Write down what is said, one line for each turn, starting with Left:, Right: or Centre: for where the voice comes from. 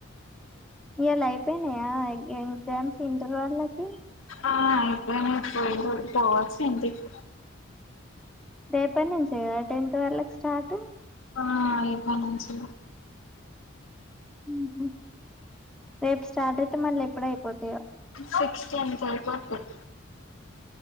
Centre: ఇయ్యాల్ల అయిపేనయా యంగ్ ఎగ్జామ్స్ ఇంటర్ వాళ్ళకి
Left: ఆ ఇప్పుడే మేం పోయి పో పోవాచ్చ ఇంటికి
Centre: రేపటి నుంచే కదా టెన్త్ వాళ్ళకి స్టార్ట్
Left: ఆ ఇప్పనుంచి
Centre: హ్మ్మ్ రేపు స్టార్ట్ అయితే మళ్ళీ ఎప్పుడు అయిపోతయో
Left: సిక్స్టీన్ కి అయిపోతాయి